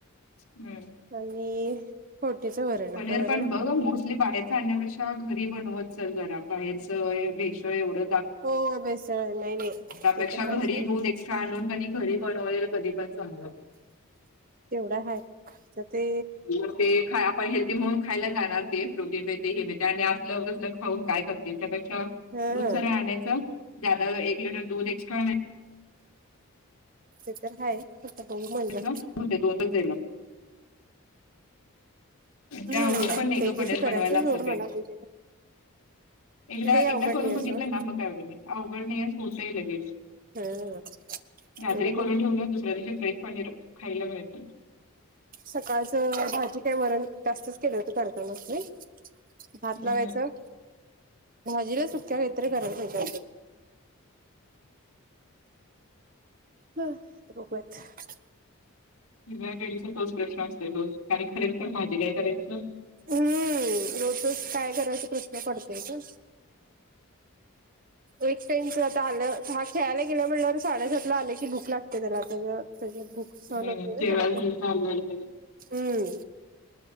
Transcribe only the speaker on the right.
आणि फोडणीचं वरण
आता वरण
आहे
हो बेसळ नाही नाही
ते तर हाय
सोड
तेवढा हा तर ते
हा
ते तर हाय आता ब मजा.
हम्म
ते
एक दिवशी
करायचं
सोड
मला तुझ्या
लई
अवघड
नाही आहे
सोड
हम्म.
नाही तर
ते
सकाळच भाजी काय वरण जास्तच केलं होत करताना आपले भात
लावायचं भाजीला सुक्या वतरी करायला घयच्या. हा आ ते बघूयात.
हम्म रोज तेच काय करायचा प्रश्न पडतोय की एक टाईमच होत आलं हा खेळायला गेला म्हल्यावर साडेसातला आलं की भूक लागते त्याला आ त्या भूक सहन
होत नाही ना त्याला पण
हम्म